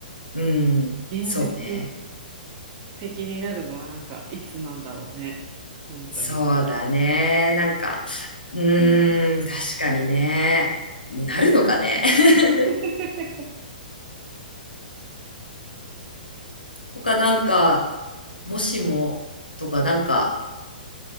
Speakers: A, on the left; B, on the right.
A: うん、
B: 現実
A: そうね。
B: 的になるのはなんかいつなんだろうね。本当に。
A: そうだね。なんか、うーん、確かにね。なるのかね。<laughs>
B: <laughs>
A: 他なんか、もしもとかなんか